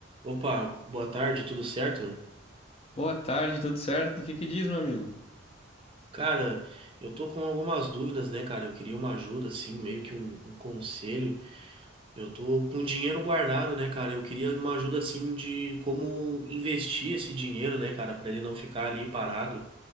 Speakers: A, on the right; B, on the left.
A: Opa, boa tarde, tudo certo?
B: Boa tarde, tudo certo? O que que diz, meu amigo?
A: Cara, eu tô com algumas dúvidas, né, cara? Eu queria uma ajuda, assim, meio que um, um conselho. Eu tô com dinheiro guardado, né, cara? Eu queria uma ajuda, assim, de como investir esse dinheiro, né, cara, pra ele não ficar ali parado